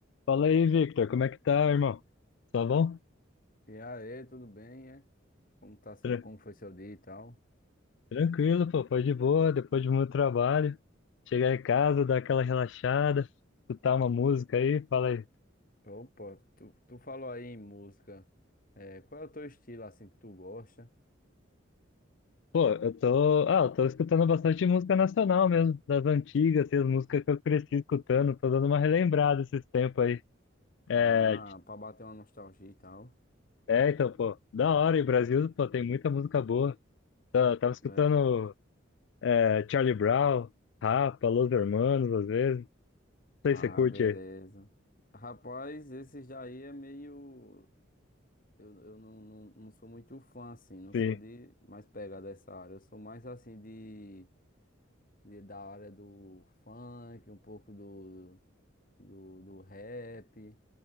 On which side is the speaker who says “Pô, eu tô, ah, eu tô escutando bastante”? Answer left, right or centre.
Left